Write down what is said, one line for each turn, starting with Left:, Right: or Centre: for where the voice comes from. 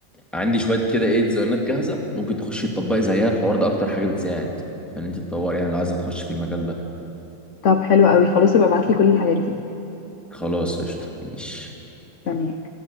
Centre: عندي شويه كده ايه ديزاينات جاهزه ممكن تخشي تطبقي زيها الحوار ده اكتر حاجه بتساعد فان انت تطور يعني لو عايزه تخش في المجال ده
Left: طب حلو قوي خلاص يبقى ابعتلي كل الحاجات دي
Centre: خلاص قشطه ماشي
Left: مستنياك